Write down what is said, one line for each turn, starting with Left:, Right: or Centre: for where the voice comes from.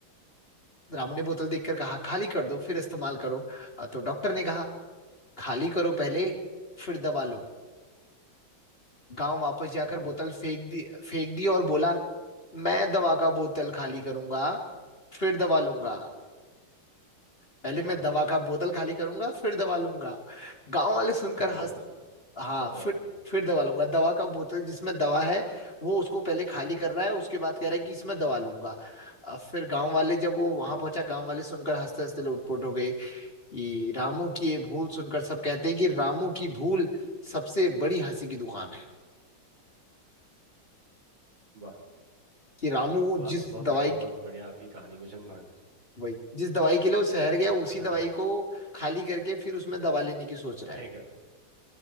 Left: रामू ने बोतल देखकर कहा खाली कर दो फिर इस्तेमाल करो अ, तो डॉक्टर ने कहा खाली करो पहले
Right: हम्म,
Left: फिर दवा लो गांव वापस जाकर
Right: हाँ
Left: बोतल फेंक दी फेंक दी और बोला मैं दवा का बोतल खाली करूंगा फिर दवा लूंगा
Right: हम्म
Left: पहले मैं
Right: वाह
Left: दवा का बोतल खाली करूंगा फिर दवा लूंगा गांव वाले सुनकर
Right: खाली
Left: हंस
Right: करूंगा
Left: हाँ
Right: फिर दवा
Left: फिर
Right: लूंगा
Left: फिर दवा लूंगा दवा का बोतल जिसमें दवा है वो उसको पहले खाली कर रहा है उसके बाद कह
Right: हम्म
Left: रहा है कि इसमें दवा लूंगा अ, फिर गांव वाले जब वो वहां
Right: हम्म
Left: पहुंचा गांव वाले सुनकर हंसते हंसते लोटपोट हो गए ये रामू की ये भूल सुनकर सब कहते हैं कि रामू की भूल सबसे बड़ी हंसी की दुकान है
Right: वाह
Left: कि रामू वो
Right: वाह
Left: जिस
Right: बहुत
Left: दवाई
Right: बढ़िया बहुत बढ़िया आपकी कहानी मुझे म-
Left: वही जिस दवाई के लिए वो शहर गया उसी
Right: हाँ
Left: दवाई को खाली करके फिर उसमें दवा लेने की सोच रहा
Right: फेंक
Left: है